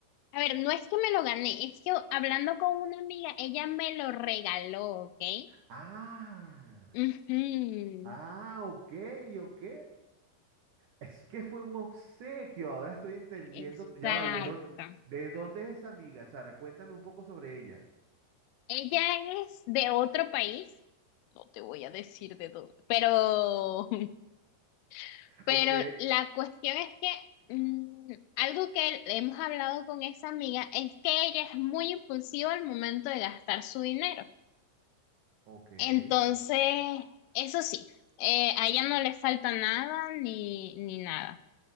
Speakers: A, on the left; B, on the right.
A: A ver, no es que me lo gané, es que hablando con una amiga, ella me lo regaló, ¿ok?
B: Ah,
A: Ujú,
B: ah, ok, ok. Es que fue un obsequio, ahora estoy entendiendo.
A: Exacto.
B: Ya va, ¿y de dónde, de dónde es esa amiga, Sara? Cuéntame un poco sobre ella.
A: Ella es de otro país, no te voy a decir de dónde, pero, <laughs> pero
B: Ok,
A: la cuestión es que mm, algo que hemos hablado con esa amiga es que ella es muy impulsiva al momento de gastar su dinero.
B: ok,
A: Entonces,
B: ok.
A: eso sí, eh, a ella no le falta nada ni, ni nada.